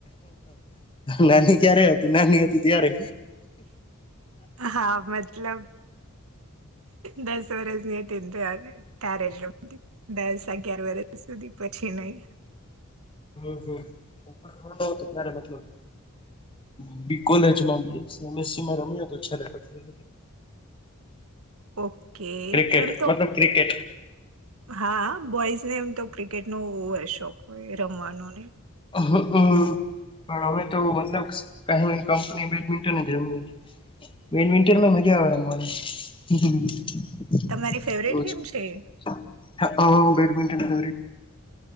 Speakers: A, on the left; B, on the right.
A: નાની ક્યારે હતી નાની હતી ત્યારે.
B: હા. મતલબ દસ વર્ષની હતી ત્યારે જ. દસ અગિયાર વર્ષ સુધી પછી નહી.
A: <inaudible> હ તો ત્યારે મતલબ અબી કોલેજમાં. <unintelligible> રમ્યો તો છે પછી.
B: ઓકે
A: ક્રિકેટ
B: એમ તો
A: મતલબ ક્રિકેટ
B: હા બોઈઝ. ને એમ તો ક્રિકેટ ન શોખ હોય રમવાનો ને.
A: હ હમ. પણ હવે તો મતલબ ક કંપની બેડમિન્ટમએ. વેણ વિંન્ટર મજા આવે રમવાની.
B: તમારી ફેવરેટ ગેમ છે એ
A: બેડમિન્ટન. <inaudible>